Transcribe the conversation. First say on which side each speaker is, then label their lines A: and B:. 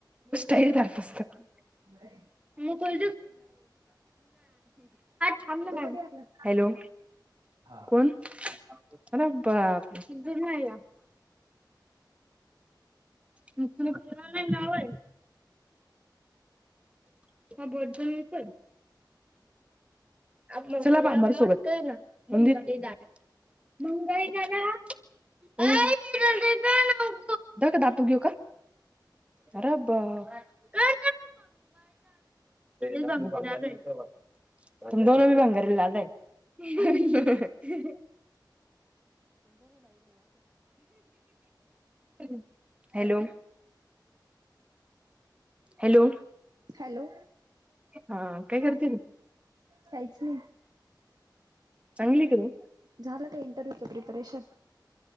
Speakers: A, on the right; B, on the right.
A: <unintelligible>
B: <unintelligible>
A: <unintelligible> आई थांब ना ग
B: कधी आलास?
A: हॅलो!
B: हा
A: कोण? अरे! बापरे! <unintelligible> <unintelligible> नाव आहे <unintelligible> <unintelligible> चला बाबांसंग <unintelligible> <unintelligible> का दात घेऊ का? अरे बापरे! ! <unintelligible> <unintelligible> तुम दोन बांंगर ला <unintelligible> हं हां <unintelligible> हॅलो! हॅलो!
B: हॅलो!
A: हा काय करते तू
B: कायच नाही
A: चांगली का तू
B: झालं का? इंटरव्ह्यूच प्रिपरेशन